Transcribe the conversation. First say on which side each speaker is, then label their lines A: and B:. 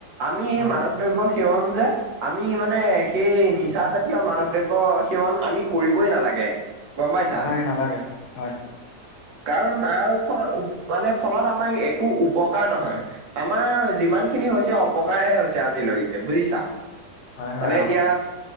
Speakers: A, on the right; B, on the left.
A: আমি
B: হয়
A: এই মাদক দ্ৰব্য সেৱন যে আমি মানে সেই নিচা জাতীয় মাদক দ্ৰব্য সেৱন আমি কৰিবই নালাগে গম পাইছা
B: নালাগে নালাগে অ', হয়
A: কাৰণ তাৰ মানে ফলত আমাৰ একো উপকাৰ নহয় আমাৰ যিমান খিনি হৈছে অপকাৰহে হৈছে আজিলৈকে বুজিছা
B: হয়
A: মানে
B: হয়
A: এতিয়া
B: অ',